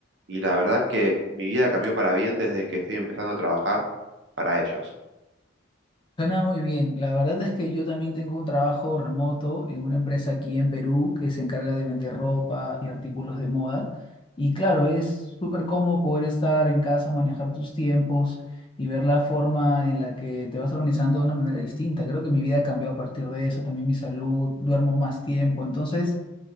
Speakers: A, on the right; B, on the left.
A: y la verdad que mi vida cambió para bien desde que estoy empezando a trabajar para ellos.
B: Suena muy bien. La verdad es que yo también tengo un trabajo remoto en una empresa aquí en Perú que se encarga de vender ropa y artículos de moda. Y claro, es súper cómodo poder estar en casa, manejar tus tiempos y ver la forma en la que te vas organizando de una manera distinta. Creo que mi vida cambió a partir de eso, también mi salud, duermo más tiempo. Entonces,